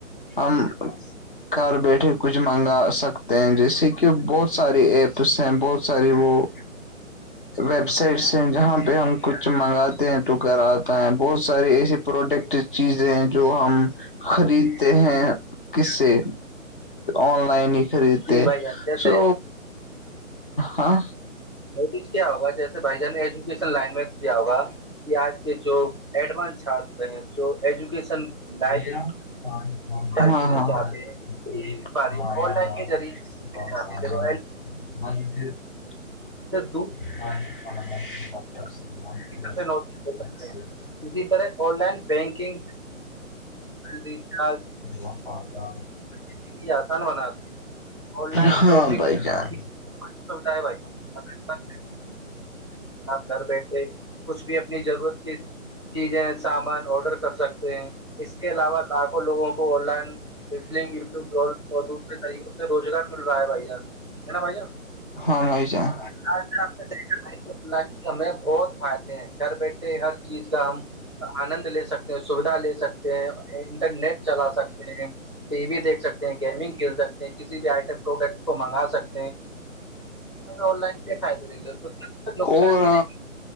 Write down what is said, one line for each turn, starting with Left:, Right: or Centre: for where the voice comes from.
Left: ہم گھر بیٹھے کچھ منگا سکتے ہیں جیسے کہ بہت سارے ایپس ہیں بہت ساری وہ ویب سائٹس ہیں جہاں پہ ا ہم کچھ منگا تو گھر آتا ہے بہت سارے ایس پروڈکٹ چیزیں ہیں جو ہم خریدتے ہیں کس سے آن لائن ہی خریے
Right: جی بھائی جان جیسے
Left: سو ہاں
Right: یہ کچھ کیا ہوگ جیسے بھائی جان ایجوکیشن لائن میں کیا ہوگا کہ آج کے جو ایڈوانس چات ہیں جو ایجوکیشن
Left: بییر
Right: لائف اسٹائل
Left: ہاں
Right: جینے چاہتے ہیں وہ
Left: ہاں
Right: نہیں مل پا رہی ہے، آن لائن کے
Left: ہم
Right: ذریعے
Left: پ
Right: دودھ
Left: ہاں
Right: سے نوٹس لے سکتے ہیں اسی طرح آن لائن بینکنگ ریچارج
Left: وا پ تھاہ
Right: زندگی آسان بناتی ہے آن لائن
Left: ہاں
Right: شاپنگ
Left: بھائی جان
Right: سوھا ہے بھائیپ گھر بیٹھے کچھ بھی اپنی ضرورت کی چیزیں سامان آڈر کر سکتے ہیں اس کے علاوہ لاکھوں لوگوں کو آن لائن فلنگ یوب ادوگ کے طریقوں سے روزگار مل رہا ہے بھیا ہے ن بھائییا
Left: ہاں بھائی جان
Right: آج آپ نے دیکھا لائن ہمیں بہت فائدے ہیں گھر بیٹھے ہر چیز کا ہم آنند لے سکتے ہیں سویدھا لے سکتے ہیں انٹرنیٹ چلا سکتے ہیں ٹی وی دیکھ سکتے ہیں گیمنگ کھیل سکتے ہیں کسی بھی آئٹم پروڈکٹ کو منگا سکتے ہیں آپ نے آن لائن پ کھیک نقصان
Left: اور
Right: بھی دیک